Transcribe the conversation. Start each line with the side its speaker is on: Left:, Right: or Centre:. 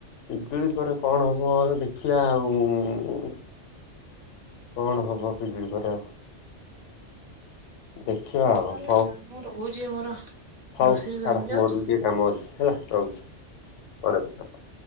Left: ପିଜୁଳି ପରେ କଣ ହବ ଦେଖିବା ଆଉ। କଣ ହବ ପିଜୁଳି ପରେ ଆଉ। ଦେଖିବା ଆଉ
Right: ତାହେଲେ
Left: ହଉ।
Right: ମୁଁ ରହୁଛି ମୋର
Left: ହଉ
Right: ରୋଷେଇ
Left: ଛାଡ
Right: କରିବି ଯାଉଛି।
Left: ମୋର ବି ଟିକେ କାମ ଅଛି ହେଲା ରହୁଛି, ପରେ କଥା ହବା।